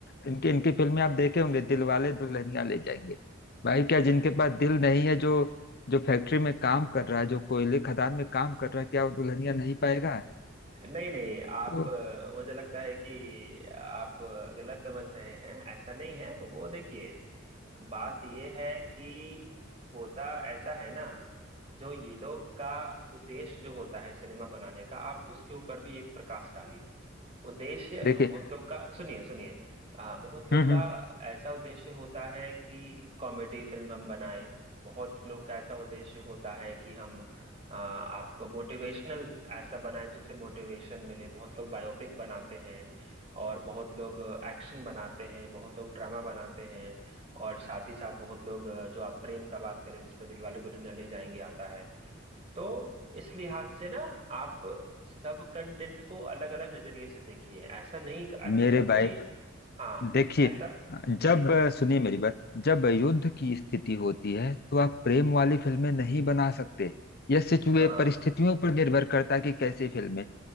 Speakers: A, on the left; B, on the right.
A: इनकी इनकी फिल्में आप देखे होंगे दिल वाले दुल्हनिया ले जाएंगे भाई क्या जिनके पास दिल नहीं है जो जो फैक्ट्री में काम कर रहा है जो कोयले खदान में काम कर रहा है क्या वो दुल्हनिया नहीं पाएगा
B: <laughs> नहीं नहीं आप
A: तो
B: अ, मुझे लगता है कि आप अ, गलत समझ रहे हैं ऐसा नहीं है वो देखिए बात ये है कि होता ऐसा है ना जो ये लोग का उद्देश्य जो होता है सिनेमा बनाने का आप उसके ऊपर भी एक प्रकाश डालिए उद्देश्य
A: देखिए
B: बहुत लोग का सुनिए सुनिए आ, बहुत लोग
A: हम्म
B: का
A: हम्म
B: ऐसा उद्देश्य होता है कि कॉमेडी फिल्म हम बनाएं बहुत लोग का ऐसा उद्देश्य होता है कि हम आ, आपको मोटिवेशनल ऐसा बनाएं जिससे मोटिवेशन मिले बहुत लोग बायोपिक बनाते हैं और बहुत लोग एक्शन बनाते हैं बहुत लोग ड्रामा बनाते हैं और साथ ही साथ बहुत लोग आ, जो आप प्रेम का बात करें जिस पर दिलवाले दुल्हनिया ले जाएंगे आता है तो इस लिहाज से ना आप सब कंटेंट को अलग अलग नजरिए से देखिए ऐसा नहीं ऐसा
A: मेरे
B: कभी
A: भाई
B: नहीं हाँ
A: देखिए
B: ऐसा जी
A: जब सुनिए मेरी बात जब युद्ध की स्थिति होती है तो आप प्रेम वाली फिल्में नहीं बना सकते यह सिचुए
B: हाँ
A: परिस्थितियों पर निर्भर करता है कि कैसी फिल्में